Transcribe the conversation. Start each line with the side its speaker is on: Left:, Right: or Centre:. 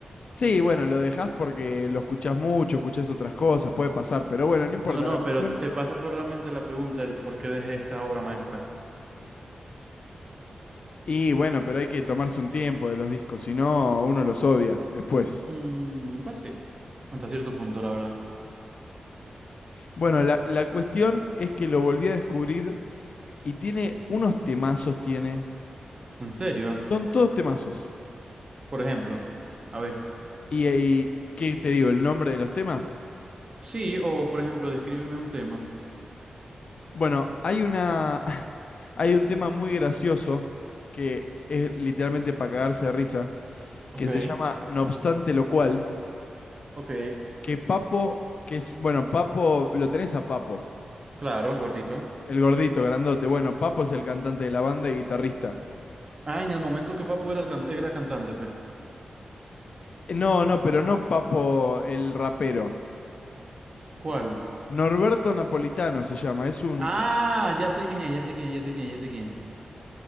Left: Sí, bueno, lo dejás porque lo escuchás mucho, escuchás otras cosas, puede pasar, pero bueno, no importa
Right: No, no,
Left: la cuestión.
Right: pero te, te pasa por la mente la pregunta, el por qué dejé esta obra maestra.
Left: Y bueno, pero hay que tomarse un tiempo de los discos, si no, uno los odia después.
Right: Mm, pues sí, hasta cierto punto, la verdad.
Left: Bueno, la, la cuestión es que lo volví a descubrir y tiene unos temazos, tiene.
Right: ¿En serio?
Left: Son todos temazos.
Right: Por ejemplo, a ver,
Left: Y, ahí, ¿qué te digo? ¿El nombre de los temas?
Right: sí, o por ejemplo, descríbeme un tema.
Left: Bueno, hay una. <laughs> Hay un tema muy gracioso que es literalmente para cagarse de risa,
Right: Ok,
Left: que se llama No obstante lo cual.
Right: Ok,
Left: que Papo, que es, bueno, Papo, lo tenés a Papo,
Right: claro, el gordito.
Left: el gordito, grandote. Bueno, Papo es el cantante de la banda y guitarrista.
Right: Ah, en el momento que Papo era, el can- era cantante, pues.
Left: Eh, No, no, pero no Papo, el rapero.
Right: ¿Cuál?
Left: Norberto Napolitano se llama, es un,
Right: Ah,
Left: es
Right: ya sé quién es, ya sé quién es, ya sé quién es, ya sé quién es.